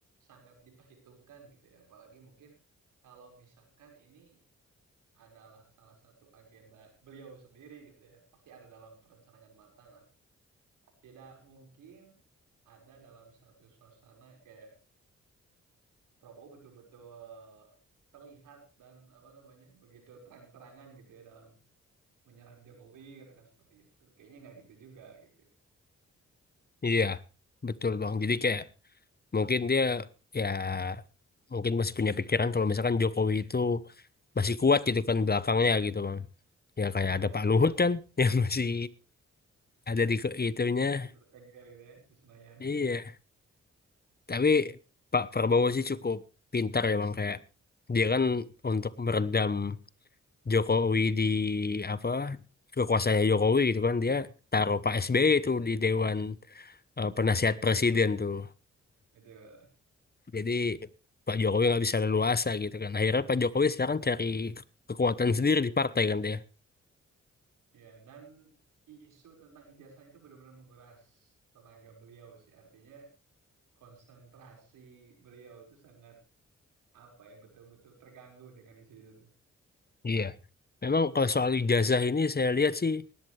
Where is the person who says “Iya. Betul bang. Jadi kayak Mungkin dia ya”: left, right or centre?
Left